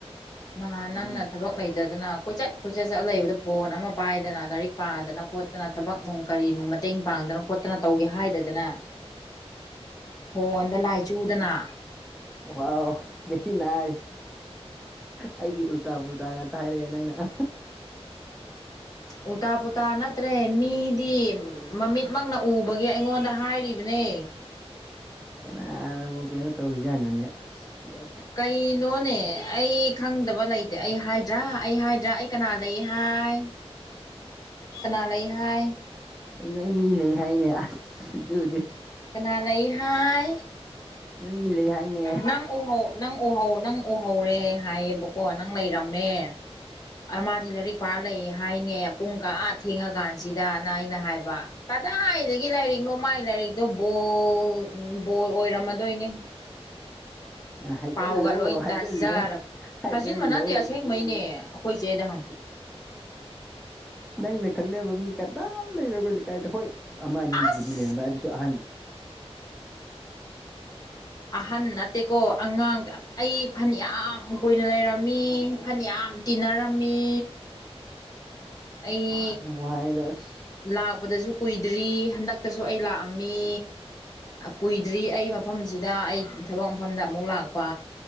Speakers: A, on the left; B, in the centre.
A: ꯅꯍꯥꯟ ꯅꯪꯅ
B: ꯎꯝ
A: ꯊꯕꯛ ꯂꯩ ꯇꯗꯅ ꯀꯣꯏꯆꯠ ꯀꯣꯏꯆꯠ ꯆꯠ ꯂꯩꯕꯗ ꯐꯣꯟ ꯑꯃꯥ ꯄꯥꯏꯗꯅ ꯂꯥꯏꯔꯤꯛ ꯄꯥꯗꯅ ꯈꯣꯠꯇꯅ ꯊꯕꯛ ꯅꯨꯡ ꯀꯔꯤꯅ‌ꫭ ꯃꯇꯦꯡ ꯄꯥꯡꯗꯅ ꯈꯣꯠꯇꯅ ꯇꯧꯒꯦ ꯍꯥꯏꯗꯗꯅ
B: <inaudible>
A: ꯐꯣꯟꯗ ꯂꯥꯏ ꯆꯨꯗꯅ
B: ꯋꯥꯎꯏ ꯚꯦꯔꯤ ꯅꯥꯏꯁ ꯑꯩꯒꯤ ꯎꯜꯇꯥꯥ ꯄꯨꯇꯥ ꯉꯥꯛꯇ ꯍꯥꯏꯔꯛꯑꯦ ꯅꯪꯅ ꯑꯁꯠ
A: ꯎꯜꯇꯥ ꯄꯨꯇꯥ ꯅꯠꯇ꯭ꯔꯦ ꯃꯤꯗꯤ ꯃꯃꯤꯠꯃꯛꯅ ꯎꯕꯒꯤ ꯑꯩꯉꯣꯟꯗ ꯍꯥꯏꯔꯤꯕꯅꯦ
B: ꯀꯅꯥꯅꯕꯨ ꯀꯩꯅꯣ ꯇꯧꯔꯤꯁꯤꯖꯥꯠꯅꯣꯅꯦ ꯑꯁ ꯋꯥ
A: ꯀꯩꯅꯣꯅꯦ ꯑꯩ ꯈꯪꯗꯕ ꯂꯩꯇꯦ ꯑꯩ ꯍꯥꯏꯗ꯭ꯔꯥ ꯑꯩ ꯍꯥꯏꯗ꯭ꯔꯥ ꯑꯩ ꯀꯅꯥ ꯂꯩ ꯍꯥꯏ ꯀꯅꯥ ꯂꯩ ꯍꯥꯏ
B: ꯑꯩ ꯅꯣꯏ ꯃꯤ ꯂꯩ ꯍꯥꯏꯅꯦ ꯑꯁ ꯑꯗꯨꯗꯤ
A: ꯀꯅꯥ ꯂꯩꯍꯥꯏ
B: ꯅꯣꯏ ꯃꯤ ꯂꯩ ꯍꯥꯏꯅꯦ
A: ꯅꯪ ꯎꯍꯧ ꯅꯪ ꯎꯍꯧ ꯅꯪ ꯎꯍꯧꯔꯦ ꯍꯥꯏꯌꯦꯕꯀꯣ ꯅꯪ ꯂꯩꯔꯝꯃꯦ ꯃꯥꯗꯤ ꯂꯥꯏꯔꯤꯛ ꯄꯥꯔ ꯂꯩ ꯍꯥꯏꯅꯦ ꯄꯨꯡ ꯀꯥ ꯊꯦꯡꯉꯀꯥꯟꯁꯤꯗꯅ ꯑꯩꯅ ꯍꯥꯏꯕ ꯀꯗꯥꯏꯗꯒꯤ ꯂꯥꯏꯔꯤꯛꯅꯣ ꯃꯥꯒꯤ ꯂꯥꯏꯔꯤꯛꯇꯣ ꯕꯣꯜ ꯕꯣꯜ ꯑꯣꯏꯔꯝꯃꯗꯣꯏꯅꯦ
B: ꯍꯥꯏꯖꯜꯂꯣ
A: ꯄꯥꯎꯒ ꯂꯣꯏ
B: ꯍꯥꯏꯖꯜꯂꯣ
A: ꯇꯥꯖꯔꯕ
B: ꯍꯥꯏꯖꯜꯂꯣ
A: ꯍꯥꯏꯖꯤꯟꯕ ꯅꯠꯇꯦ ꯑꯁꯦꯡꯕꯩꯅꯦ ꯑꯩꯈꯣꯏ ꯆꯦꯗ ꯍꯪ ꯑꯣ
B: ꯅꯪꯅ ꯈꯪꯅꯕ ꯃꯤ ꯀꯗꯥꯝ ꯂꯩꯔ‌ꫭꯏ ꯑꯩꯈ‌ꫭꯏ ꯂꯩꯀꯥꯏꯗ‌ꫭ ꯍꯣꯏ ꯑꯃ ꯑꯅꯤꯁꯤꯕꯨꯗꯤ
A: ꯑꯁ
B: ꯂꯩꯔꯝꯕ ꯑꯗꯨꯁꯨ ꯑꯍꯟ
A: ꯑꯍꯟ ꯅꯠꯇꯦꯀꯣ ꯑꯉꯥꯡꯗ ꯑꯩ ꯐꯟ ꯌꯥꯝ ꯀꯨꯏꯅ ꯂꯩꯔꯝꯃꯤ ꯐꯟ ꯌꯥꯝ ꯇꯤꯟꯅꯔꯝꯃꯤ
B: ꯑꯁ
A: ꯑꯩ
B: ꯃꯥꯅꯕꯨ ꯍꯥꯏꯔꯦꯗ ꯑꯁ
A: ꯂꯥꯛꯄꯗꯁꯨ ꯀꯨꯏꯗ꯭ꯔꯤ ꯍꯟꯗꯛꯇꯁꯨ ꯑꯩ ꯂꯥꯛꯑꯝꯃꯤ ꯀꯨꯏꯗ꯭ꯔꯤ ꯑꯩ ꯃꯐꯝꯁꯤꯗ ꯑꯩ ꯊꯕꯛ ꯃꯐꯝꯗ ꯑꯃꯨꯛ ꯂꯥꯛꯄ